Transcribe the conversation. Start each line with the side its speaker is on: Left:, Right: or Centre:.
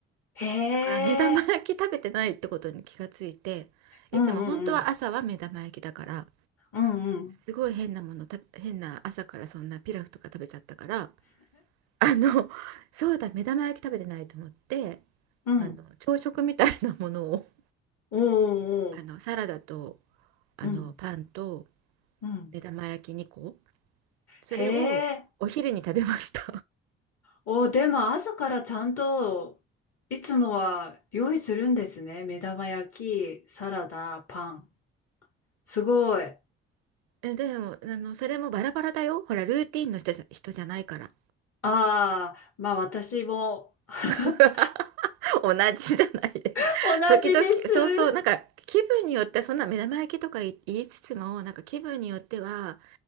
Left: へえ
Right: だから目玉焼き食べてないってことに気がついて、いつも本当は朝は目玉焼きだから、
Left: うんうんうんうんうん
Right: すごい変なものた、変な朝からそんなピラフとか食べちゃったから、あの、そうだ、目玉焼き食べてないと思って、
Left: うん
Right: あの、朝食みたいなものを
Left: おー
Right: あのサラダと
Left: おー
Right: あのパンと
Left: うんうん
Right: 目玉焼き2個それをお昼に食べました
Left: へーおーでも朝からちゃんといつもは用意するんですね目玉焼きサラダパンすごい
Right: <laughs> えでもあのそれもバラバラだよほらルーティンの人じゃ、人じゃないから
Left: あーまあ私もはは
Right: <laughs> 同じじゃないで時々そうそうなんか気分によってはそんな目玉焼きとか言いつつもなんか気分によっては
Left: っ同じです